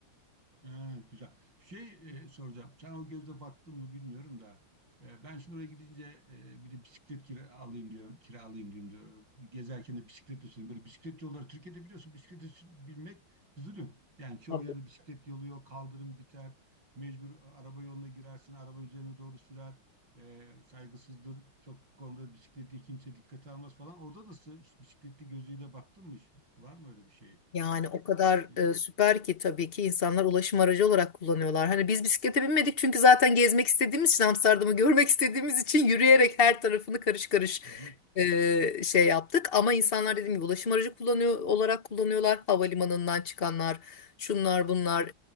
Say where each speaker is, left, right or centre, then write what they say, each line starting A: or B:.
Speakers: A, on the right; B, on the left.
A: Ha, güzel. Şey e, soracağım. Sen o gözle baktın mı bilmiyorum da. e, ben şimdi oraya gidince e, bir de bisiklet kira alayım diyorum. Kiralayayım diyorum diyor. Gezerken de bisiklet üstüne. Böyle bisiklet yolları Türkiye'de biliyorsun bisiklete sü- binmek zulüm. Yani çoğu
B: Tabii.
A: yerde bisiklet yolu yok. Kaldırım biter. Mecbur araba yoluna girersin. Araba üzerine doğru sürer. E, saygısızdır. Çok konuda bisikleti kimse dikkate almaz falan. Orada nasıl? Hiç Bisikletli gözüyle baktın mı? hiç? Var mı öyle bir şey
B: Yani
A: imkan?
B: o kadar
A: Hı
B: e, süper ki tabii ki insanlar ulaşım aracı olarak kullanıyorlar. Hani biz bisiklete binmedik çünkü zaten gezmek istediğimiz için Amsterdam'ı görmek istediğimiz için yürüyerek her tarafını karış karış
A: hı.
B: e, şey yaptık. Ama insanlar dediğim gibi ulaşım aracı kullanıyor olarak kullanıyorlar. Havalimanından çıkanlar, şunlar bunlar